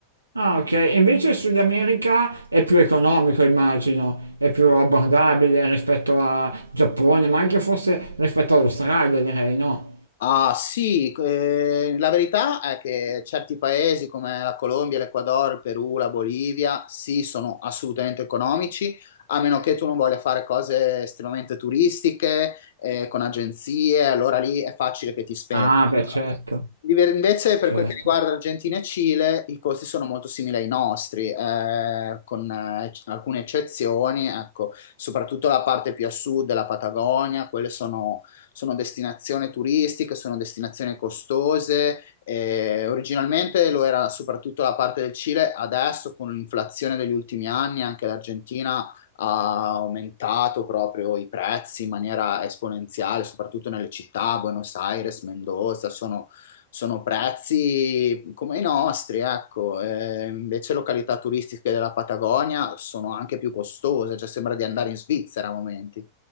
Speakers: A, on the right (about 85°); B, on the left (about 60°).
A: Ah, ok. E invece il Sud America è più economico, immagino, è più abbordabile rispetto a Giappone, ma anche forse rispetto all'Australia, direi, no?
B: Ah sì, eh, la verità è che certi paesi come la Colombia, l'Ecuador, il Perù, la Bolivia, sì, sono assolutamente economici, a meno che tu non voglia fare cose estremamente turistiche, eh, con agenzie, allora lì è facile che ti spendi.
A: Ah, beh, certo,
B: Diver- Invece per
A: certo.
B: quel che riguarda Argentina e Cile, i costi sono molto simili ai nostri, eh, con eh, alcune eccezioni, ecco, soprattutto la parte più a sud della Patagonia, quelle sono sono destinazioni turistiche, sono destinazioni costose. eh, originalmente lo era soprattutto la parte del Cile, adesso con l'inflazione degli ultimi anni anche l'Argentina ha aumentato proprio i prezzi in maniera esponenziale, soprattutto nelle città, Buenos Aires, Mendoza, sono, sono prezzi come i nostri, ecco. Eh, invece località turistiche della Patagonia sono anche più costose, cioè sembra di andare in Svizzera a momenti.